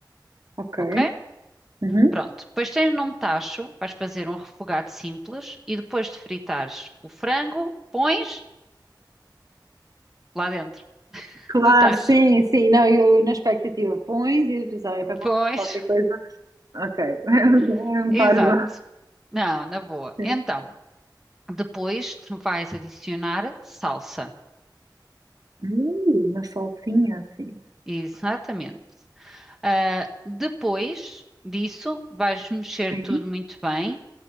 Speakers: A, on the right; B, in the centre.
A: ok.
B: ok?
A: Uhum.
B: Pronto. Depois tens num tacho, vais fazer um refogado simples e depois de fritares o frango, pões lá dentro.
A: Claro,
B: Do tacho.
A: sim, sim. Não, eu na expectativa pões e eu pensava, ah, é para pelo
B: Pois,
A: menos qualquer coisa. Ok, <laughs>
B: <laughs>
A: é um
B: exato.
A: parvo.
B: Não, na boa.
A: Sim.
B: Então, depois vais adicionar salsa.
A: Uh, uma salsinha sim,
B: Exatamente. Ah, depois disso, vais mexer
A: Sim.
B: tudo muito bem